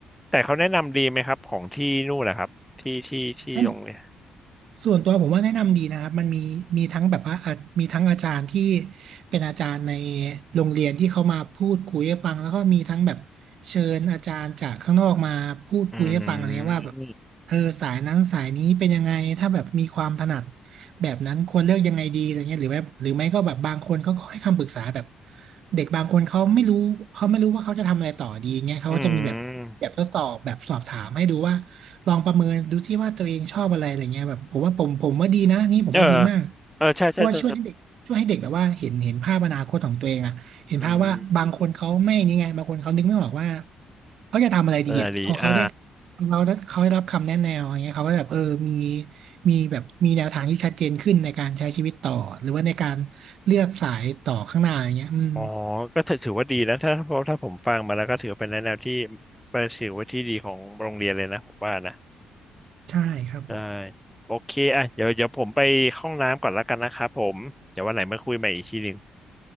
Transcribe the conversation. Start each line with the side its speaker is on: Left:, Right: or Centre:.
Centre: แต่เขาแนะนำดีไหมครับของที่นู่นนะครับที่ที่ที่ตรงเนี่
Right: น ส่วนตัวผมว่าแนะนำดีนะครับมันมีมีทั้งแบบว่าอ่ะมีทั้งอาจารย์ที่เป็นอาจารย์ในโรงเรียนที่เขามาพูดคุยให้ฟังแล้วก็มีทั้งแบบเชิญอาจารย์จากข้างนอกมาพูดคุยให้ฟังอะไรเงี้ยว่าแบบ
Centre: อืม
Right: เออสายนั้นสายนี้เป็นยังไงถ้าแบบมีความถนัด แบบนั้นควรเลือกยังไงดีอะไรเงี้ยหรือแบบหรือไม่ก็แบบบางคนเขาก็ให้คำปรึกษาแบบเด็กบางคนเขาไม่รู้เขาไม่รู้ว่าเขาจะทำอะไรต่อดีเงี้ยเขาก็จะมีแบบแบบทดสอบแบบสอบถามให้ดูว่า
Centre: อืม
Right: ลองประเมินดูซิว่าตัวเองชอบอะไรอะไรเงี้ยแบบผมว่าผมผมว่าดีนะนี่ผมว่าดีมาก
Centre: เออเออใช่ใช่ใช่ใช่
Right: เพราะว่าช่วยให้เด็กช่วยให้เด็กแบบว่าเห็นเห็นภาพอนาคตของตัวเองอะเห็นภาพว่าบางคนเขาไม่นี่ไงบางคนเขานึกไม่ออกว่า
Centre: อืม
Right: เขาจะทำอะไรดีอ่ะพอเขาได้
Centre: นาดีอ่า
Right: เราได้เขาได้รับคำแนะแนวอย่างเงี้ยเขาก็แบบเออมีมีแบบมีแนวทางที่ชัดเจนขึ้นในการใช้ชีวิตต่อหรือว่าในการเลือกสายต่อข้างหน้าอย่างเงี้ยอืม
Centre: อ๋อก็ถือถือว่าดีนะถ้าเพราะถ้าผมฟังมาแล้วก็ถือว่าเป็นแนแนวที่เป็นถือว่าที่ดีของโรงเรียนเลยนะผมว่านะ
Right: ใช่ครับ
Centre: ใช่โอเคอ่ะเดี๋ยวเดี๋ยวผมไปห้องน้ำก่อนแล้วกันนะครับผมเดี๋ยววันไหนมาคุยใหม่อีกทีหนึ่ง